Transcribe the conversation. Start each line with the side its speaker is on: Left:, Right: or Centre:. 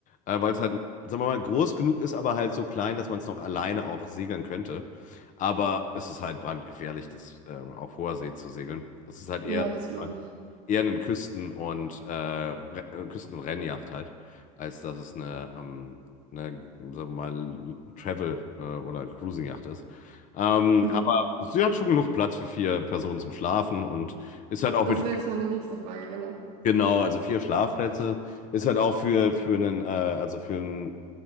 Left: Äh, weil es halt, sagen wir mal, groß genug ist, aber halt so klein, dass man es noch alleine auch segeln könnte. Aber es ist halt brandgefährlich, das ähm, auf hoher See zu segeln. Das ist halt eher,
Right: Ja, das glaube ich.
Left: eher eine Küsten- und, äh, Re- äh, Küsten- und Rennjacht halt, als dass es eine, ähm, eine sagen wir mal, Travel- äh, oder Cruising-Yacht ist. Ähm,
Right: Mhm.
Left: aber sie hat schon genug Platz für vier Personen zum Schlafen und ist halt auch
Right: Das
Left: mit
Right: wäre jetzt meine nächste Frage, genau.
Left: Genau, also vier Schlafplätze ist halt auch für, für einen, äh, also für einen